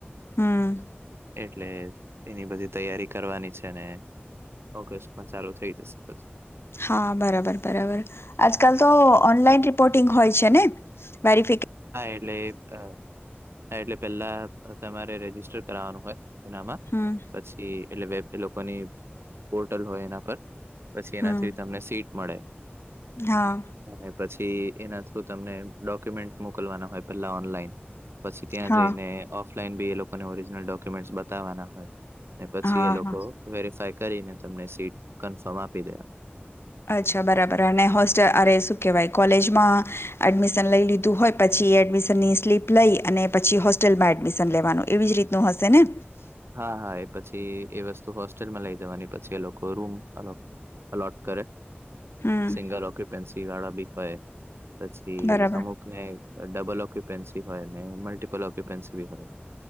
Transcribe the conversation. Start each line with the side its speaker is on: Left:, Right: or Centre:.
Left: હમ.
Right: એટલે એની બધી તૈયારી કરવાની છે ને. ઓગસ્ટમાં ચાલુ થઈ જશે પછી.
Left: હા બરાબર બરાબર આજકાલ તો ઓનલાઈન રિપોર્ટિંગ હોય છે ને? વેરીફીક
Right: હા એટલે અહ હા એટલે પેલા તમારે રજિસ્ટર કરાવનું હોય એનામાં.
Left: હા.
Right: પછી એટલે વેબ એલોકોની પોર્ટલ હોય એના પર પછી
Left: હમ
Right: એનાથી તમને સીટ મળે.
Left: હા.
Right: અને પછી એના થ્રુ તમને ડોક્યુમેન્ટ મોકલવાના હોય પેલા ઓનલાઈન. પછી ત્યાં
Left: હા
Right: જઈને ઓફલાઈન બી એલોકોને ઓરિજનલ ડોક્યુમેન્ટ બતાવાના હોય. ને પછી
Left: હા
Right: એલોકો
Left: હા
Right: વેરીફાય કરીને તમને સીટ કન્ફર્મ આપી દે.
Left: અચ્છા બરાબર અને હોસ્ટેલ અરે શું કહેવાય કોલેજમાં એડમિશન લઈ લીધું હોય પછી એડમિશનની સ્લીપ લઈ અને પછી હોસ્ટેલમાં એડમિશન લેવાનું એવી જ રીત નું હસેને.
Right: હા હા એ પછી એ વસ્તુ હોસ્ટેલમાં લઈ જવાની પછી એ લોકો રૂમ આનો અલોટ કરે.
Left: હમ
Right: સિંગલ ઓક્યુપેન્સી વાળા બી હોય પછી
Left: બરાબર
Right: અમુકને અહ ડબલ ઓક્યુપેન્સી હોય અને મલ્ટિપલ ઓક્યુપેન્સી બી હોય.